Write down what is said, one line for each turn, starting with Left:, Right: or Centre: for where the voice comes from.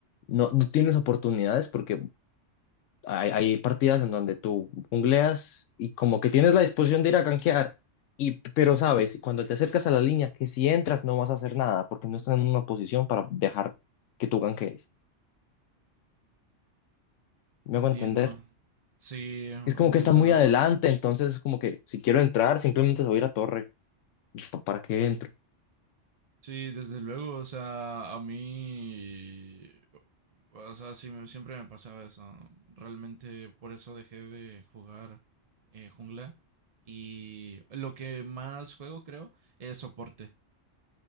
Left: no, no tienes oportunidades, porque Hay, hay partidas en donde tú jungleas y como que tienes la disposición de ir a gankear, y, pero sabes, cuando te acercas a la línea, que si entras no vas a hacer nada porque no están en una posición para dejar que tú gankees. ¿Me
Right: Entiendo.
Left: hago entender?
Right: Sí,
Left: Es como que
Right: desde
Left: están muy
Right: luego.
Left: adelante, entonces es como que si quiero entrar, simplemente se voy a ir a torre. ¿Y pa- ¿Para qué entro?
Right: Sí, desde luego. O sea, a mí... O sea, sí me- siempre me pasaba eso. Realmente por eso dejé de jugar eh, jungla. Y lo que más juego, creo, es soporte.